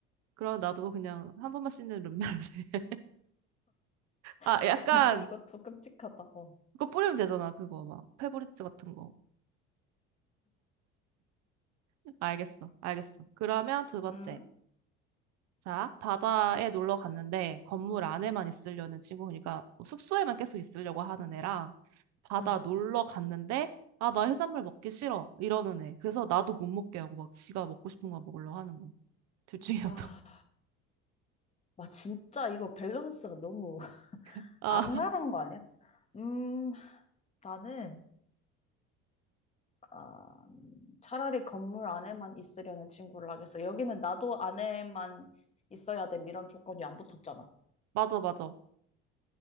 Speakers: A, on the right; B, on the left.
A: 그럼 나도 그냥 한 번만 씻는 룸메 할래. <laughs>
B: <laughs>
A: 아, 약간
B: 근데 이것도 끔찍하다. 어.
A: 그거 뿌리면 되잖아. 그거 막 페브리즈 같은 거. 알겠어. 알겠어. 그러면 두 번째.
B: 응?
A: 자, 바다에 놀러 갔는데 건물 안에만 있으려는 친구 그러니까 뭐 숙소에만 계속 있으려고 하는 애랑 바다
B: 응.
A: 놀러 갔는데 아, 나 해산물 먹기 싫어. 이러는 애. 그래서 나도 못 먹게 하고 막 지가 먹고 싶은 거 먹으려고 하는 거. 둘 중에
B: 아,
A: 어떤
B: 와, 진짜 이거 밸런스가 너무 <laughs>
A: <laughs> 아,
B: 악랄한 거 아니야? 음, 나는, 아, 차라리 건물 안에만 있으려는 친구를 하겠어. 여기는 나도 안에만 있어야 돼. 이런 조건이 안 붙었잖아.
A: 맞아, 맞아.